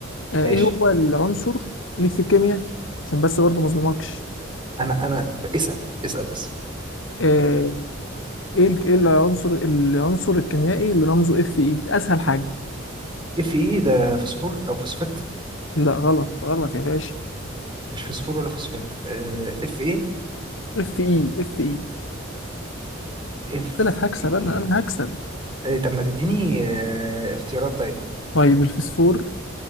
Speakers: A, on the left; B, on the right.
A: أه
B: ماشي
A: ايه هو العنصر ليك في الكيمياء عشان بس برضه ما اظلمكش
B: انا انا ب- اسال اسال بس
A: أه ايه ال- ايه العنصر العنصر الكيميائي اللي رمزه اف اي اسهل حاجة
B: اف ايه ده فوسفور او فوسفات
A: لا غلط غلط يا باشا
B: مش فوسفور ولا فوسفات اف ايه
A: اف اي اف اي
B: اف
A: قلت لك هكسب
B: ايه
A: انا انا هكسب
B: إيه، طب ما تديني آه، اختيارات طيب
A: طيب الفسفور